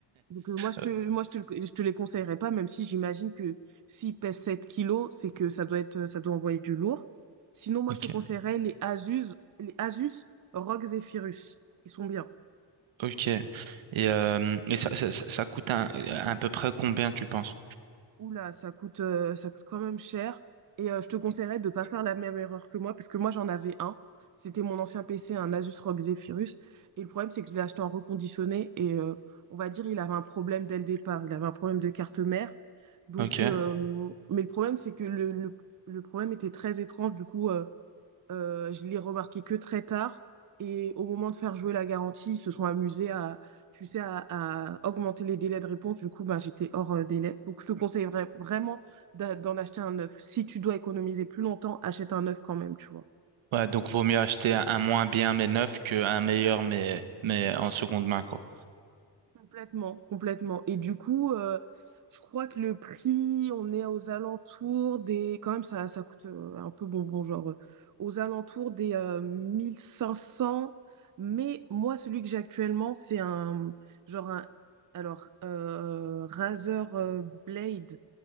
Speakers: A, on the right; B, on the right.
A: Donc, euh, moi, je
B: euh,
A: te, moi je te, le- je te les conseillerais pas, même si j'imagine que s'il pèse 7 kilos, c'est que ça doit être, ça doit envoyer du lourd. Sinon, moi,
B: ok,
A: je te conseillerais les Asus, les Asus ROG Zephyrus. Ils sont bien.
B: ok. Et, euh, et ça, ça, ça- ça coûte un- à peu près combien, tu penses?
A: Oula, ça coûte, euh, ça coûte quand même cher. Et euh, je te conseillerais de ne pas faire la même erreur que moi, parce que moi j'en avais un. C'était mon ancien PC, un Asus ROG Zephyrus. Et le problème, c'est que je l'ai acheté en reconditionné. Et euh, on va dire, il avait un problème dès le départ. Il avait un problème de carte mère. Donc,
B: Ok.
A: euh, mais le problème, c'est que le, le, le problème était très étrange. Du coup, euh, euh, je l'ai remarqué que très tard. Et au moment de faire jouer la garantie, ils se sont amusés à, tu sais, à, à augmenter les délais de réponse. Du coup, ben, j'étais hors euh, délai. Donc, je te conseillerais vraiment d'a- d'en acheter un neuf. Si tu dois économiser plus longtemps, achète un neuf quand même, tu vois.
B: Ouais, donc vaut mieux acheter un, un moins bien mais neuf qu'un meilleur mais, mais en seconde main, quoi.
A: Complètement, complètement. Et du coup, euh, je crois que le prix, on est aux alentours des... Quand même, ça, ça coûte euh, un peu bonbon, genre euh, aux alentours des euh, mille cinq cents Mais moi, celui que j'ai actuellement, c'est un... Genre un... Alors, euh, Razer euh, Blade,